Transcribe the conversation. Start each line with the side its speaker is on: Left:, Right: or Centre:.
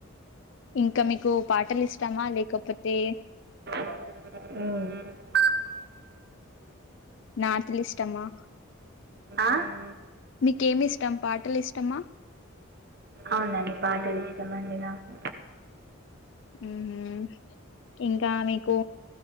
Left: ఇంకా మీకు పాటలు ఇష్టామా లేకపోతే
Right: ఉహ్
Left: నార్త్లీ ఇష్టమ్మా
Right: ఆ?
Left: మీకేమి ఇష్టం పాటలు ఇష్టమా
Right: అవునండి పాటలు ఇస్తామండి నాకు
Left: ఉమ్, ఇంకా మీకు